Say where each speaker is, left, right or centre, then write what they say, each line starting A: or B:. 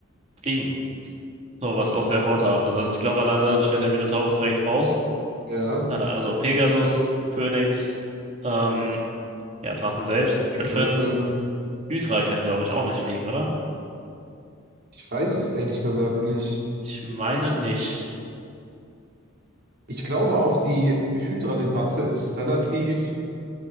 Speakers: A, on the right (about 35°); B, on the right (about 50°).
A: fliegen. So, was auch sehr vorteilhaft ist. Also ich glaube, allein dadurch fällt der Minotaurus direkt raus.
B: Ja,
A: Äh, also Pegasus, Phönix, ähm, ja, Drachen selbst,
B: Äh,
A: Griffins.
B: Griffin.
A: Hydra kann, glaube ich, auch nicht fliegen, oder?
B: Ich weiß es ehrlich gesagt nicht.
A: Ich meine nicht.
B: Ich glaube auch, die Hydra-Debatte ist relativ